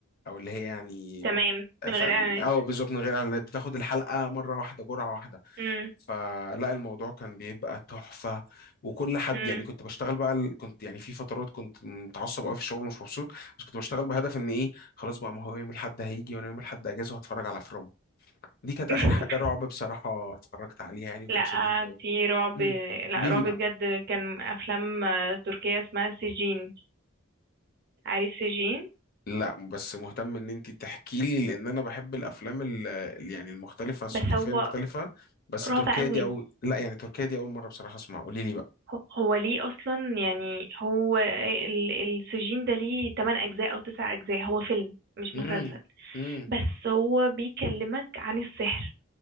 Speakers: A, on the left (about 45°); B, on the right (about 50°).
A: او اللي هي يعني
B: <laughs> تمام من
A: ف...
B: غير اعلانات
A: اه بالظبط من غير اعلانات بتاخد الحلقه مره واحده جرعه واحده
B: امم
A: فلا الموضوع كان بيبقى تحفه وكل حد
B: امم
A: يعني كنت بشتغل بقى ال- كنت يعني في فترات كنت متعصب قوي في الشغل ومش مبسوط بس كنت بشتغل بهدف ان ايه خلاص بقى ما هو يوم الاحد هيجي وانا يوم الاحد اجازه وهتفرج على فروم دي كانت
B: <laughs>
A: اخر حاجه رعب بصراحه اتفرجت عليها يعني وكان
B: لا
A: شددني
B: في رعب
A: قوي
B: لا
A: قولي
B: رعب
A: لي
B: بجد كان افلام آه، تركية اسمها سجين عارف سجين
A: لا بس مهتم ان انت تحكي لي لان انا بحب الافلام ال- ال- يعني المختلفه الثقافيه
B: بس
A: المختلفه
B: هو
A: بس تركيا
B: رعب قوي
A: دي او لا يعني تركيا دي اول مره بصراحه اسمع قولي لي بقى
B: هو هو ليه اصلا يعني هو ال- السجين ده ليه 8 اجزاء او 9 اجزاء هو فيلم مش
A: امم
B: مسلسل
A: امم
B: بس هو بيكلمك عن السحر